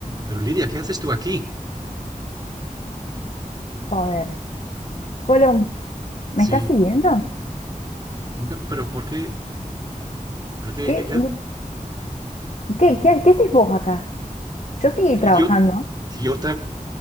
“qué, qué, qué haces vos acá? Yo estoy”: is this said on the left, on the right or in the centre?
Left